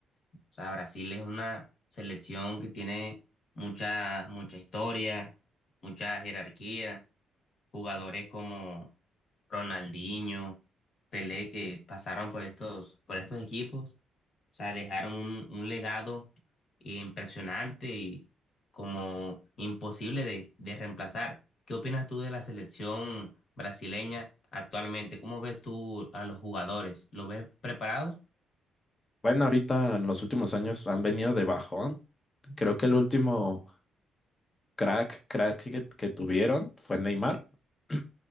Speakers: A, on the left (about 50°); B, on the left (about 25°).
A: O sea, Brasil es una selección que tiene mucha, mucha historia, mucha jerarquía. jugadores como Ronaldinho, Pelé, que pasaron por estos, por estos equipos, o sea, dejaron un, un legado impresionante y como imposible de, de reemplazar. ¿Qué opinas tú de la selección brasileña actualmente? ¿Cómo ves tú a los jugadores? ¿Los ves preparados?
B: Bueno, ahorita en los últimos años han venido de bajón. Creo que el último crack, crack que, que tuvieron fue Neymar, <clears throat>